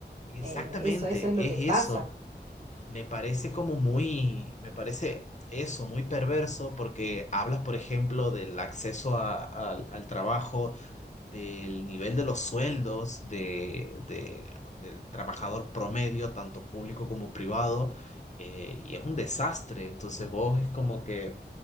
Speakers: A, on the left; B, on the right.
A: exactamente
B: eh, eso, eso es lo
A: es
B: que pasa.
A: eso. Me parece como muy, me parece eso, muy perverso, porque hablas, por ejemplo, del acceso a- al al trabajo, del nivel de los sueldos de, de- del trabajador promedio, tanto público como privado, eh, y es un desastre. Entonces vos es como que,